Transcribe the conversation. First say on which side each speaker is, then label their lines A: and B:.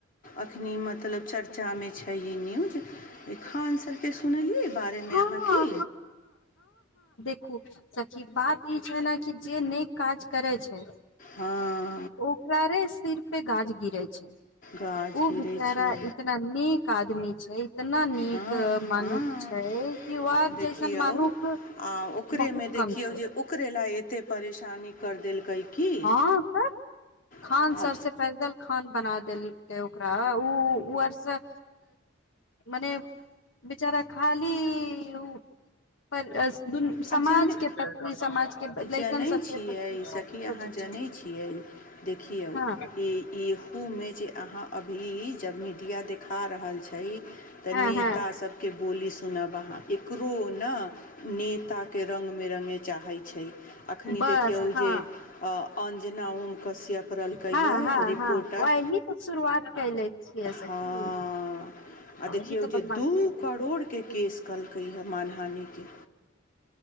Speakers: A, on the left (about 45°); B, on the left (about 70°).
A: अखनी मतलब चर्चामे छै ई न्यूज खान सरके सुनलियै बारेमे
B: हँ
A: अहाँ की
B: खूब सखी बात ई छै ने कि जे नीक काज करै छै
A: हाँ
B: ओकरारे सिर पे गाज गिरे छै
A: गाछ
B: ओ
A: गिरै
B: बेचारा
A: छै
B: इतना नीक आदमी छै इतना नीक
A: हँ
B: मानुख
A: हँ
B: छै कि व
A: देखियौ
B: जैसन मानुख
A: आ ओकरेमे
B: बहुत
A: देखियौ
B: कम छै
A: जे ओकरे लए एतेक परेशानी करि देलकै की
B: हँ त खान
A: आ
B: सर से फैजल खान खान बना देलैकै ओकरा उ उआर सं मने बेचारा खाली उ पर
A: आ
B: समाजके
A: जन
B: प्रति समाजके लइकन
A: जनै
B: सबके
A: छियै
B: प्रति
A: सखी अहाँ
B: सोचै
A: जनैयै
B: छै
A: छियै देखियउ
B: हँ
A: ई इहो मे जे अहाँ अभी जब मीडिया देख खा रहल छै तऽ
B: हँ
A: नेता
B: हँ हँ
A: सबके बोली सुनब अहाँ एको हूँ ना ने एकताक रंग मे रंगय चाहय छै एखनि
B: बस
A: देखियौ
B: हँ
A: जे अ अंजना ओम कश्यप करलकै
B: हँ
A: यै
B: हँ
A: रिपोर्टर
B: हँ वही तऽ शुरुआत कयले छियै
A: ह
B: सखी
A: आ
B: वही
A: देखियो
B: तऽ बदमाशी
A: जे दू
B: करै
A: करोड़
B: छै
A: के केस कयलकैहन मानहानी के